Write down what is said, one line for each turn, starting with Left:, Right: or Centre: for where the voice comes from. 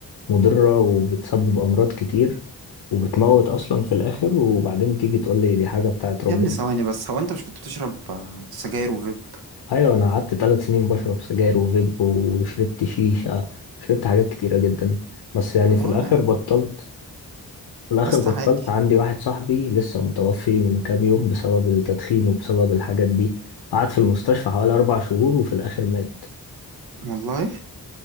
Left: مضرة وبتسبب امراض كتير وبتموت اصلا في الاخر وبعدين تيجي تقول لي دي حاجة بتاعت ربنا
Right: يا ابني ثواني بس هو أنت مش كنت بتشرب آه، سجاير وفيب
Left: ايوه انا قعدت ثلاث سنين بشرب سجاير وفيب وشربت شيشة شربت حاجات كتيرة جدا بس يعني
Right: طب
Left: في
Right: اه
Left: الاخر
Right: يا عم
Left: بطلت في الاخر
Right: يا اسطى
Left: بطلت
Right: عادي
Left: عندي واحد صاحبي لسه متوفي من كام يوم بسبب التدخين وبسبب الحاجات دي قعد في المستشفى حوالي أربع شهور وفي الآخر مات
Right: والله